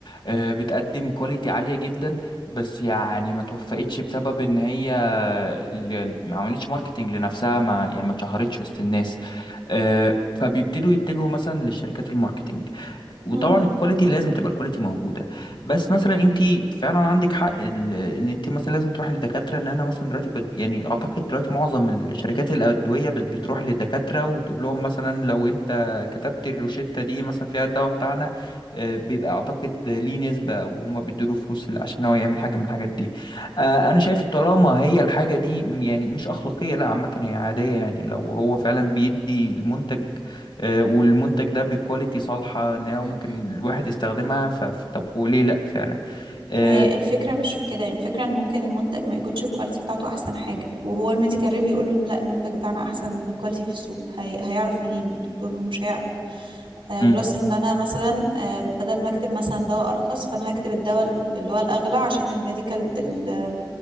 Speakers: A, on the left (about 65°); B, on the right (about 85°).
A: آه، بتقدم كواليتي عاليه جدا بس يعني ما توفقتش بسبب ان هي ال- ال- ما عملتش ماركتنج لنفسها ما يعني ما اتشهرتش وسط الناس آه، فبيبتدوا يتجهوا مثلا للشركات الماركتنج وطبعا
B: مم.
A: الكواليتي لازم تبقى الكواليتي موجوده بس مثلا انت فعلا عندك حق ال- ان انت مثلا لازم تروح للدكاتره ان انا مثلا دلوقتي بت... يعني اعتقد دلوقتي معظم الشركات الادويه بت... بتروح للدكاتره وتقول لهم مثلا لو انت كتبت الروشته دي مثلا فيها الدواء بتاعنا آه، بيبقى اعتقد ليه نسبه وهم بيدوا له فلوس ل- عشان هو يعمل حاجه من الحاجات دي آه، انا شايف طالما هي الحاجه دي م- يعني مش اخلاقيه لا عامه هي عاديه يعني لو هو فعلا بيدي المنتج آه، والمنتج ده بكواليتي صالحة ان هو
B: مم.
A: ممكن الواحد يستخدمها ف... ف- طب وليه لا فعلا آه،
B: ما هي الفكرة مش في كده يعني الفكرة ان ممكن المنتج ما يكونش الكواليتي بتاعته احسن حاجة وهو الميديكال ريب يقول له إن لا المنتج بتاعنا احسن كواليتي في السوق هي... هيعرف منين الدكتور هو مش هيعرف آه،
A: مم،
B: بلس ان انا مثلا آه، بدل ما اكتب مثلا دواء ارخص فانا هكتب الدواء ال- اللي هو الاغلى عشان الميديكال ال-